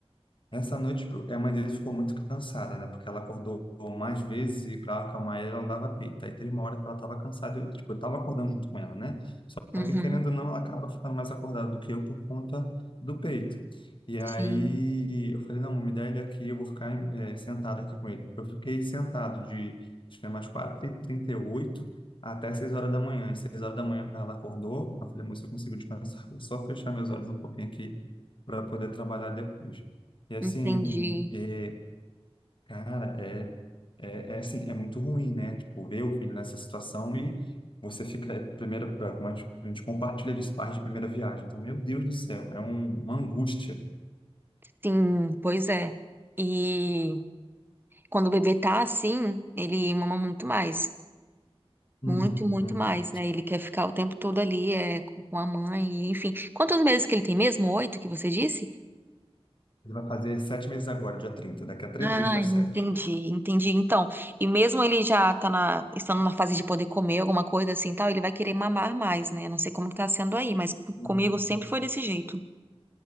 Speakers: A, on the left; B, on the right.
A: Essa noite, tipo, a mãe dele ficou muito cansada, né? Porque ela acordou mais vezes e para acalmar ela, ela dava peito. Aí teve uma hora que ela estava cansada, eu, tipo, eu estava acordando junto com ela, né? Só
B: Uhum.
A: que, querendo ou não, ela acaba ficando mais acordada do que eu por conta do peito. E aí
B: Sim,
A: eu falei, não, me dá ele aqui, eu vou ficar eh, sentado aqui com ele. Eu fiquei sentado de, acho que é mais quatro e trinta e oito até 6 horas da manhã. E 6 horas da manhã ela acordou, eu falei, moça, eu consigo descansar, vou só fechar meus olhos um pouquinho aqui para poder trabalhar depois. E assim,
B: entendi.
A: é, cara, é, é, é assim, é muito ruim, né? Tipo, ver o filho nessa situação e você fica, é, primeira, como a gente a gente compartilha disso, pais de primeira viagem. Então, meu Deus do céu, é um- uma angústia.
B: Sim, pois é. E quando o bebê tá assim, ele mama muito mais.
A: Uhum,
B: Muito, muito
A: uhum.
B: mais, né? Ele quer ficar o tempo todo ali, é, com com a mãe, e, enfim. Quantos meses que ele tem mesmo? Oito que você disse?
A: Ele vai fazer sete meses agora, dia 30 daqui a três
B: Ah,
A: dias faz
B: entendi,
A: sete.
B: entendi. Então, e mesmo ele já tá na, estando na fase de poder comer alguma coisa assim, e tal, ele vai querer mamar mais, né? Não sei como que tá sendo aí, mas
A: Uhum.
B: comigo sempre foi desse jeito.